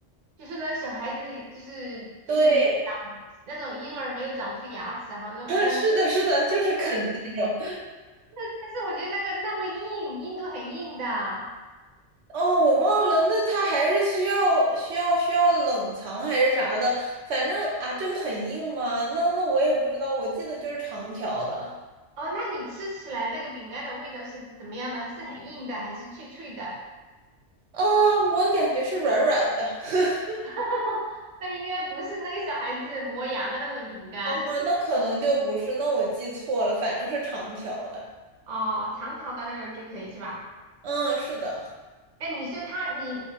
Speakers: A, on the right (about 40°); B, on the right (about 70°).
A: 就是呢，小孩子就是就是没有长那种婴儿没有长出牙齿，
B: 对，
A: 哈，用用，
B: <laughs> 是的，是的，就是啃的那种。
A: 但是我觉得那个那么硬，硬度很硬的。
B: 哦，我忘了，那它还是需要需要需要冷藏还是啥的，反正啊，这个很硬吗？那那我也不知道，我记得就是长条的，
A: 哦，那你吃起来那个饼干的味道是怎么样的？是很硬的还是脆脆的？
B: 啊，我感觉是软软的，<laughs>
A: <laughs> 那应该不是那个小孩子磨牙的那种饼干。
B: 嗯，
A: <laughs>
B: 那可能就不是，那我记错了，反正是长条的，
A: 哦，长条的那种就可以是吧？
B: 嗯，是的，
A: 哎，你说它，你